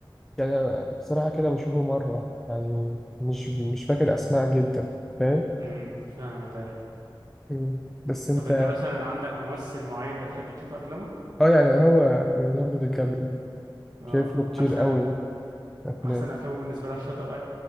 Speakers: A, in the centre; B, on the right.
A: يعني أنا بصراحه كده بشوفه مره يعني مش مش فاكر اسماء جدا فاهم
B: امم فاهمك ايه
A: مم. بس انت
B: طب انت مثلا عندك ممثل معين بتحب تشوف افلامه
A: اه يعني هو ليوناردو دي كابريو
B: اه
A: شايف له كتير
B: احسن
A: قوي افلام
B: احسن افلامه بالنسبه لك شاتر